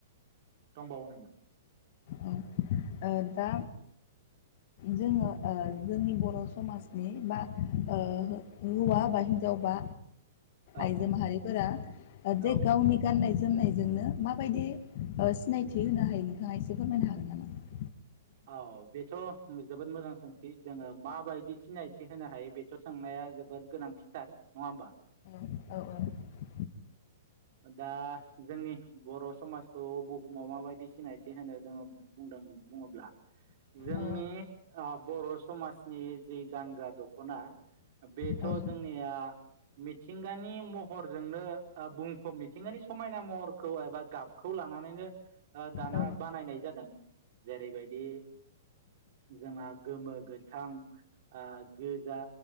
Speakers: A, on the right; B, on the left.
A: दंबावो नामा?
B: औ ओ दा जोङो ओ जोंनि बर' समाजनि बा ओ हौवा बा हिनजाव बा
A: औ
B: आइजो माहारिफोरा जे
A: औ
B: गावनि गाननाय जोमनायजोंनो माबायदि ओ सिनायथि होनो हायो नोंथाङा एसे फोरमायनो हागोन नामा?
A: औ बेथ' जोबोद मोजां सोंथि, जोङो माबायदि सिनायथि होनो हायो बेथ' सोंनाया जोबोद गोनांथिथार नङा होमबा?
B: औ - औ
A: दा जोंनि बर' समाजखौ बुहुमाव माबायदि सिनायथि होनो दोङ बुंदों बुङोब्ला जोंनि
B: औ
A: ओ बर' समाजनि जि गानग्रा दखना बेथ'
B: औ
A: जोंनिया मिथिंगानि महरजोंनो ओ बुं मिथिंगानि समायना महरखौ एबा गाबखौ लानानैनो ओ दाना
B: औ
A: बानायनाय जादों। जेरैबायदि जोंहा गोमो, गोथां ओ गोजा